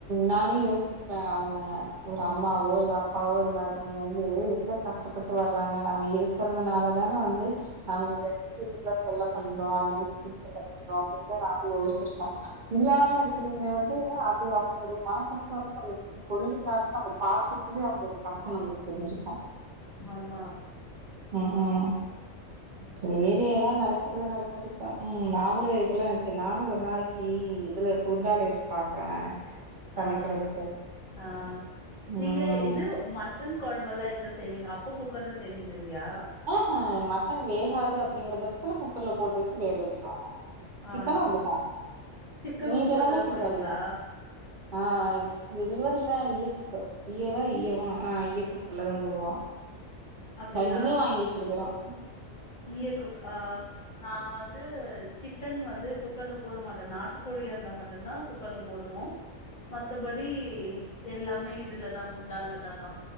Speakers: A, on the right; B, on the left.
A: நானே யோசிப்ப அவங்க ஒரு அம்மாவோ இல்ல அப்பாவோ இல்லாதீங்க வந்து எவ்வளவு கஷ்டப்பட்டு வர்றாங்க நம்ம இருக்கிறதுனால தானே வந்து நம்ம இந்த விஷயத்துக்கெல்லா செல்லோ பண்றோ அந்த விஷயத்து பண்ரோ அப்படிதா நா யோச்சிருக்கே இல்லாலா இருக்கிறங்க
B: ம்
A: வந்து அது அவங்களுடைய மன கஷ்ட நம்மகிட்ட சொல்லனாலு நம்ம பாக்கு போதே அவங்களோட கஷ்ட நம்மளுக்கு தெரிஞ்சிருக்கு
B: ஆமா
A: உம் உம் சரி எல்லாம் நடக்கறது நடக்கறப்ப உம் நாங்ளு இதெல்லாம்ச்சே நானு ஒரு நாளைக்கு இதுல குண்டால வச்சு பாக்குறே நானு சமைக்கிறதுக்கு
B: ஆஹ் ஆஹ்
A: ம்
B: நீங்க இது ம சிக்கன் குழம்பெல்லா எதுல செய்வீங்க அப்ப குக்கர்ல செய்வீங்கல்யா
A: ஆஹ மட்டன் வேகாது அப்படிங்கற பட்சத்தல குக்கர்ல போட்டு வச்சு வேக வச்சுக்குவாங்க
B: ஆ
A: சிக்கணு அப்படிதா
B: சிக்கனு
A: மீதி
B: குக்கர்லதா
A: எல்லாமே குண்டாலதா
B: போடுவீங்களா
A: ஆஹ் சில்வர்லா இருக்கு யல்லா யவா ஆஹ் யக்கூக்கள்ல தா போடுவா
B: அப்டியா
A: <unintelligible> வச்சிருக்கறோ <inaudible>
B: ஈய குக் ஆஹ் நா வந்து சிக்கன் வந்து குக்கர்ல போட மாட்டேன் நாட்டுக்கோழியா இருந்தா மட்டுந்தா குக்கர்ல போடுவோ மத்தபடி எல்லாமே இதுலதா குண்டாலதாக்கா